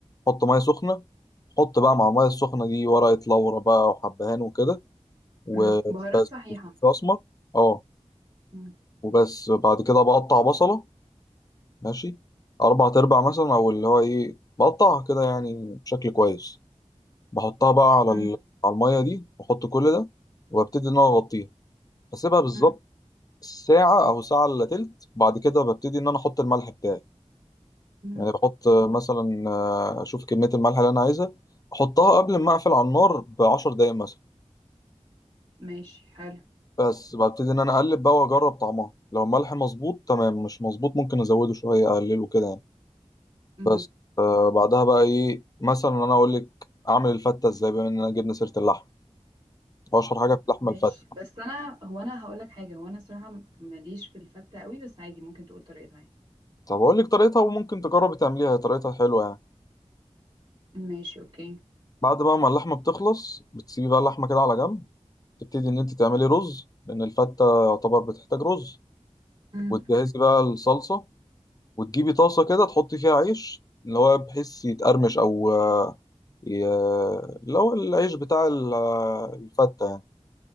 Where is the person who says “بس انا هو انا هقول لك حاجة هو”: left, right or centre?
Right